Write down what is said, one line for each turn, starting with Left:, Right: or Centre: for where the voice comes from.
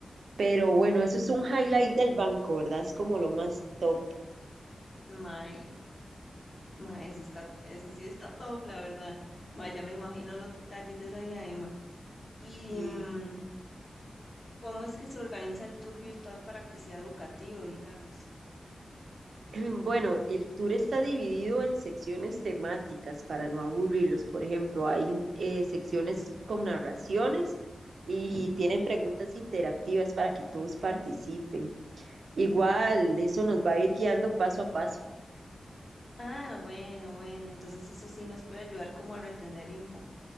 Right: Pero bueno, eso es un highlight del banco, ¿verdad? Es como lo más top.
Left: Mae, mae, eso está, eso sí está top, la verdad. Mae, ya me imagino los detalles de esa diadema. ¿Y
Right: sí
Left: mm, cómo es que se organiza el tour virtual para que sea educativo, digamos?
Right: <clears throat> Bueno, el tour está dividido en secciones temáticas para no aburrirlos. Por ejemplo, hay eh, secciones con narraciones y
Left: Ujú.
Right: tienen preguntas interactivas para que todos participen. Igual, eso nos va a ir guiando paso a paso.
Left: Ah, bueno, bueno, entonces eso sí nos puede ayudar como a retener info.